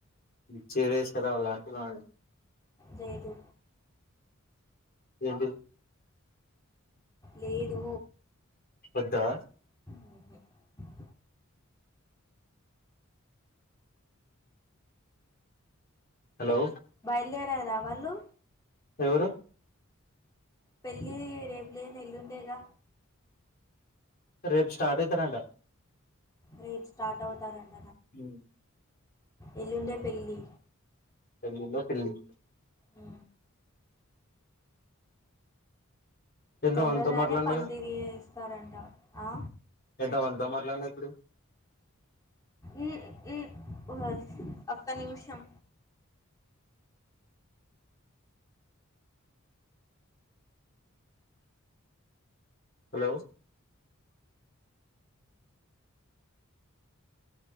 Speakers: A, on the left (about 45°); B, on the left (about 15°).
A: నిక్ చీర తీస్కారావాలా అన్ <unintelligible>
B: జేదు
A: ఏంటిది
B: లేదు
A: వద్దా
B: ఉహు
A: హలో
B: బయలుదేరరా వాళ్ళు
A: ఎవరు
B: పెళ్లి రేపు లేదు ఏల్లుండేగా
A: రేపు స్టార్ట్ అయితారంట
B: రేపు స్టార్ట్ అవుతారండది
A: మీరు
B: ఎల్లుండే పెళ్లి
A: పెళ్లిలో పిల్లి
B: ఉ
A: ఎంత
B: తొందరగానే
A: మనతో మాట్లాడినారు
B: పందిరి ఏస్ త్తరంట ఆ
A: ఎంత మనతో మాట్లాడినారు ఇప్పుడు
B: ఉ ఉ ఓసి ఒక్క నిమిషం
A: హలో